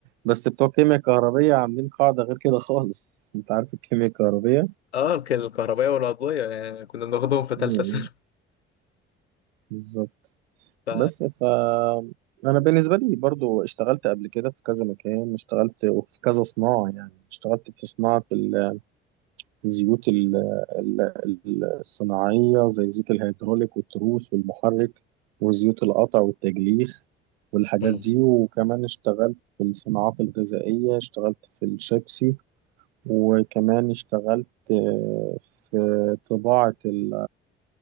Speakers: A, on the right; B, on the left.
A: بس بتوع الكيمياء الكهربية عاملين قاعدة غير كده خالص أنت عارف الكيمياء الكهربية
B: اه الك- الكهربائية والعضوية يعني كنا بناخدهم في تالتة
A: مم.
B: ثانوي
A: بالظبط
B: ف
A: بس ف انا بالنسبه لي برضو اشتغلت قبل كده في كذا مكان اشتغلت في كذا صناعه يعني اشتغلت في صناعه ال- الزيوت ال- ال- ال- الصناعيه زي زيوت الهيدروليك والتروس والمحرك وزيوت القطع والتجليخ والحاجات
B: م-
A: دي وكمان اشتغلت في الصناعات الغذائيه اشتغلت في الشيبسي وكمان اشتغلت آه، في طباعه ال-